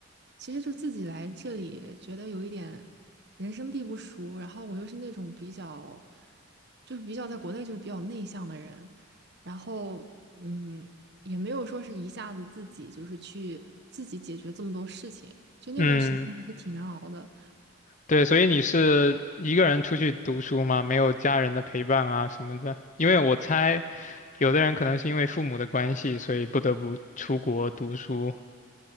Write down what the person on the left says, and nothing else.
嗯，对，所以你是一个人出去读书吗？没有家人的陪伴啊什么的？因为我猜，有的人可能是因为父母的关系，所以不得不出国读书。